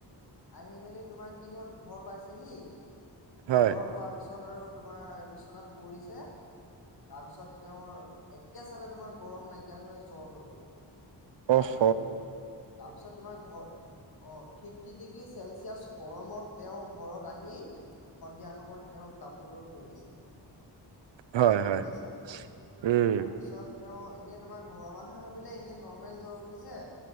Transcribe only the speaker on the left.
আহি মেলি তোমাৰ কি হ'ল ঘৰ পাইছে সি,
ঘৰ পোৱা পা ত আৰু তোমাৰ বিচনাত পৰিছে। তাৰপিছত তেওঁৰ একে চাতে তোমাৰ গৰম নাইকিয়া হৈ জ্বৰ হৈ গ'ল
ঠাণ্ডা
তাৰপিছত তোমাৰ ঘৰ অ ফিফটি ডিগ্ৰী চেল গৰমত তেওঁৰ ঘৰত আহি সন্ধিয়া সময়ত তেওঁ কাপোৰলৈ শুই আছে।
গম
পাইছা।
তাৰপিছত তেওঁ এনে তোমাৰ ঘৰৰ মানুহে ভাবিলে এনে নৰ্মেল জ্বৰ উঠ উঠিছে